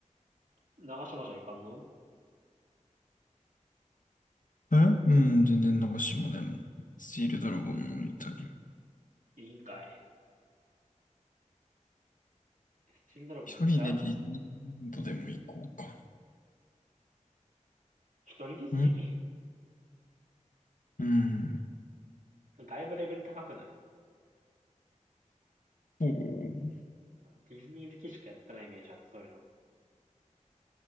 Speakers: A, on the right; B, on the left.
A: 長島じゃいかんの
B: えうん、全然長島でも。スチールドラゴン乗りたい。
A: いいんかい。スチールドラゴンめっちゃ、
B: 一人でディズニーランドでも行こうか。
A: 一人ディズニー
B: うんうん。
A: だいぶレベル高くない
B: そう。
A: ディズニー好きしかやってないイメージある、そういうの。